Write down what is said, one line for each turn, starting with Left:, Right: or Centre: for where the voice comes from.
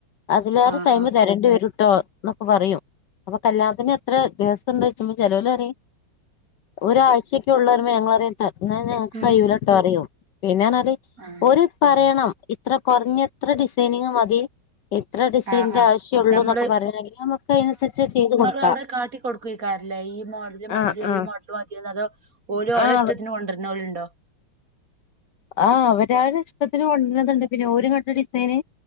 Left: അതിലേറെ
Right: ആഹ്
Left: ടൈമ്
Right: ആഹ്
Left: തരേണ്ടി വരു ട്ടോ എന്നൊക്കെ പറയും, അപ്പൊ കല്യാ ത്തിന് എത്ര ദിവസം ഉണ്ട് ചോചുമ്പോ ചെലോല് പറിം, ഒരാഴ്ചൊക്കെ ഉള്ളൂ പറയുമ്പോ ഞങ്ങള് പറിം ത എന്നാ ഞങ്ങക്ക്
Right: ഉം
Left: കയ്യൂലട്ടോ എന്നു പറയും. പിന്നെ പറഞ്ഞാല്,
Right: ആഹ്
Left: ഓല് പറയണം ഇത്ര കുറഞ്ഞ ഇത്ര ഡിസൈനിങ്ങ് മതി ഇത്ര ഡിസൈന്റെ
Right: ആഹ് ആഹ്
Left: ആവശ്യള്ളൂ,
Right: നമ്മള്
Left: എന്നൊക്കെ പറയണെങ്കിൽ, നമുക്ക് അതിനനുസരിച്ച് ചെയ്ത് കൊടു
Right: നിങ്ങളവിടെ കാട്ടി കൊടുക്കെക്കാരം ലെ ഈ മോഡല് മതിയോ,
Left: ആഹ് ആഹ്
Right: ഈ മോഡല് മതിയോ എന്ന്, അതോ ഓര്, ഓരെ
Left: ആഹ്
Right: ഇഷ്ട്ടത്തിന് കൊണ്ടൊരുനൊലും ഇണ്ടോ? <inaudible>
Left: ആ അവരവരടെ ഇഷ്ടത്തിന് കൊണ്ടുവരുന്നണ്ട്, പിന്നെ ഒരു ഇങ്ങട്ട് ഡിസൈന്